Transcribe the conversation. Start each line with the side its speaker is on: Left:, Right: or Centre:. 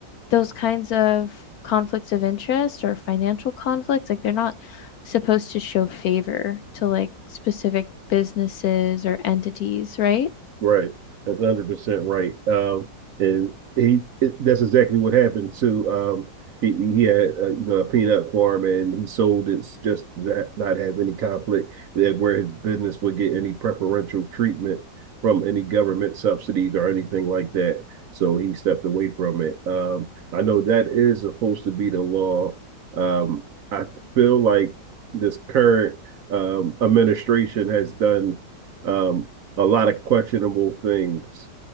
Left: those kinds of conflicts of interest or financial conflicts like they're not supposed to show favor to like specific businesses or entities, right?
Right: Right. That's one hundred percent right. Um, and he it, that's exactly what happened to um he, he had uh, you know a peanut farm and he sold it just not, not have any conflict that where his business would get any preferential treatment from any government subsidies or anything like that. So he stepped away from it. Um, I know that is supposed to be the law. Um, I feel like this current um administration has done um a lot of questionable things